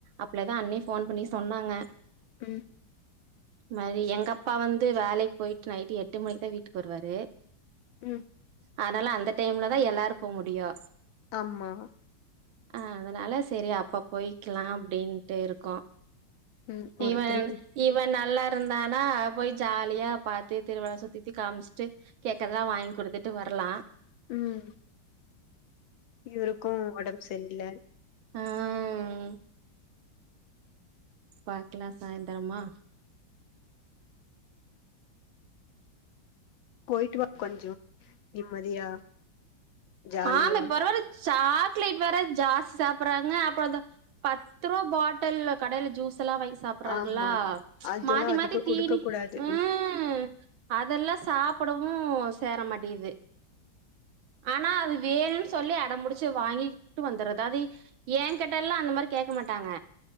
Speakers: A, on the right (about 85°); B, on the left (about 80°).
A: அப்ளேதா அண்ணி ஃபோன் பண்ணி சொன்னாங்க
B: ம்
A: மாரி எங்க அப்பா வந்து வேலைக் போய்ட்டு நைட்டு எட்டு மணிக்கு தா வீட்டுக்கு வருவாரு
B: ம்
A: அதனால அந்த டைம்ல தா எல்லாரு போ முடியு
B: ஆமா
A: அ அதனால சேரி அப்ப போயிக்கலா அப்டின்ட்டு இருக்கோ
B: ம் ஒரு
A: இவ
B: த்ரீ
A: இவ நல்லா இருந்தானா போய் ஜாலியா பாத்து திருவிழா சுத்தித்தி காமிச்சுட்டு கேக்கறதல்லா வாங்கி குடு த்துட்டு வரலா
B: ம் இவுருக்கு ஒடம்பு செரியில்ல
A: அ அ ம் பாக்குலா சாய்ந்தரமா
B: போயிட்டு வா கொஞ்சோ நிம்மதியா ஜாலியா
A: ஆமா இப்ப வர வர சாக்லைட் வேற ஜாஸ்தி சாப்றாங்க அப்றோ அந்த பத்து ரூபா பாட்டல்லு கடையில ஜூஸ் ளா வாங்கி சாப்றாங்களா
B: ஆமா அதெல்லா
A: மாத்தி
B: அதிக
A: மாத்தி தீனி
B: குடுக்க கூடாது
A: ம் அதெல்லா சாப்டவு சேர மாட்டிது ஆனா அது வேணுன்னு சொல்லி அடம் புடிச்சு வாங்கிட்டு வந்தறது அத ஏன் கேட்டெல்லா அந்த மாரி கேக்க மாட்டாங்க